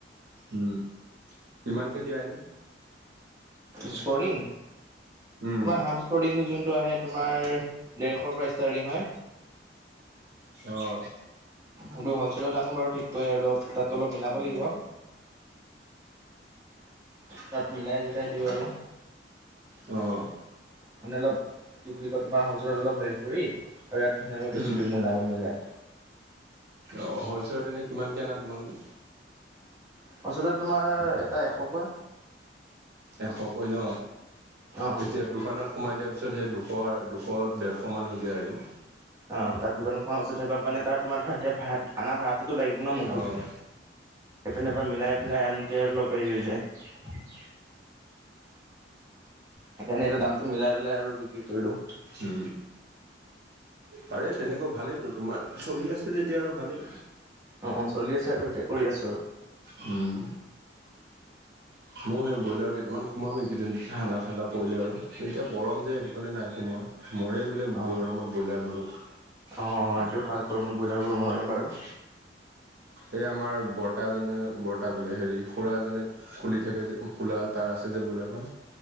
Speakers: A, on the right (about 60°); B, on the right (about 15°).
A: উম, কিমানকে দিয়া এনে?
B: স্পৰ্টিং
A: উম
B: তোমাৰ হাফ স্পৰ্টিং টো যোনটো আহে। তোমাৰ ডেৰশৰ পৰা ষ্টাৰ্টিং হয়।
A: অ'।
B: বোলো হ'লচেলত আনো বাৰু ঠিককৈ আৰু অলপ তাতো অলপ মিলাব লাগিব। তাত মিলাই চিলাই দিওঁ আৰু।
A: অ'।
B: মানে অলপ কি বুলি কয় তোমাৰ হোলছেলত অলপ হেৰি কৰি আৰু ইয়াত ধুনীয়াকৈ বেছি
A: উম
B: দিও মোৰ দামত মিলাই।
A: অ', হ'লচেলত এনে কিমানকে আনা তোমালোকে?
B: <unintelligible> তোমাৰ এটা এশকৈ।
A: এশকৈ ন
B: অ
A: তেতিয়া
B: অ
A: দোকানত সোমাই দিয়াৰ পিছত সেই দুশ দুশ ডেৰশমান হৈ যায় আৰু।
B: অ', তাৰ দোকান তোমাৰ পিছত সেইবাৰ মানে ত তোমাৰ ধৰা এতিয়া ভাড়া-ভাড়াটোতো লাগিব ন মোকো?
A: অঁ
B: পিনেব মিলাই পেলাই আনোতে আৰু অলপ হেৰি হৈ যায়। সেইকাৰনে, এইটো দামটো মিলাই পেলাই আৰু বিক্ৰী কৰি দিও।
A: উ, পাৰে তেনেকুৱা ভালেই তো তোমাৰ চলি আছে। যেতিয়া আৰু ভালেই।
B: অ', চলি আছে আৰু এতিয়া কৰি আছো আৰু।
A: উম, ময়ো সেই ব্ৰইলাৰ কেইটান সোমাম এইকেইদিন ঠাণ্ডা ঠাণ্ডা পৰিলে আৰু এতিয়া গৰ যে সেইটো কাৰণে নাই সোমোৱা মৰে বোলে
B: অ অ
A: গৰমত ব্ৰইলাৰ বহুত।
B: অ', এইটো হয়, গৰমত ব্ৰইলাৰবোৰ মৰে বাৰু
A: এই আমাৰ বৰ্তাজনে বৰ্তা বোলে হেৰি খুৰা এজনে খুলি থাকে যে, খোলা তাৰ আছে যে বইলাৰ ফ্ৰাম